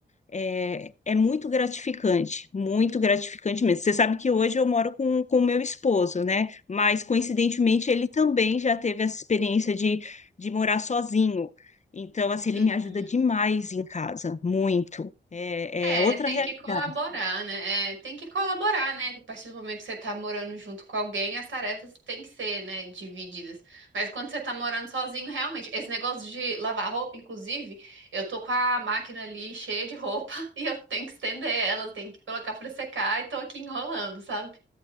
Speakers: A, on the left (about 35°); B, on the right (about 80°).
A: é, é muito gratificante, muito gratificante mesmo. Você sabe que hoje eu moro com com o meu esposo, né? Mas coincidentemente ele também já teve essa experiência de, de morar sozinho. Então, assim, ele
B: Uhum.
A: me ajuda demais em casa, muito. É,
B: É,
A: é outra
B: tem
A: realidade.
B: entendeu? que colaborar, né? É, tem que colaborar, né? A partir do momento que você tá morando junto com alguém, as tarefas têm que ser, né, divididas. Mas quando você tá morando sozinho, realmente, esse negócio de lavar roupa, inclusive, eu tô com a máquina ali cheia de roupa <laughs> e eu tenho que estender elas, tenho que colocar pra secar e tô aqui enrolando, sabe?